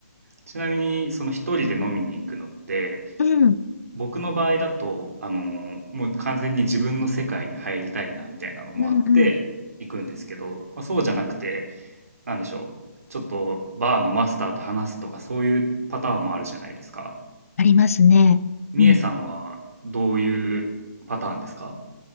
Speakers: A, on the right (about 65°); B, on the left (about 60°).
A: ちなみに、その一人で飲みに行くのって、
B: うん、
A: 僕の場合だと、あの、もう完全に自分の世界に入りたいなみたいなのもあって行くんですけど、
B: うん、うん。
A: まあ、そうじゃなくて、なんでしょう、ちょっとバーのマスターと話すとかそういうパターンもあるじゃないですか。
B: ありますね。
A: みえさんはどういうパターンですか
B: うん